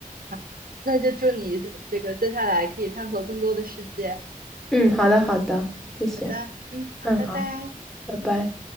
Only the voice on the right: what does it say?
好，那就祝你这个接下来可以探索更多的世界，
好的，嗯，好，
拜拜。